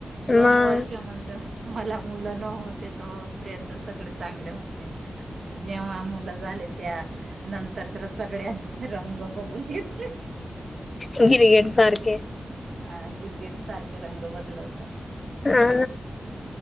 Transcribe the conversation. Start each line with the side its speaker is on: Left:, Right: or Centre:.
Left: मग
Right: दोन द वर्ष म्हणजे मला मुलं न होते तो पर्यंत सगळे चांगले होते. जेव्हा मुलं झाले त्या नंतर तर सगळ्यांचे रंग बघून घेतले
Left: गिरगेट सारखे.
Right: हा गिरगेट सारखे रंग बदलवतात
Left: हा.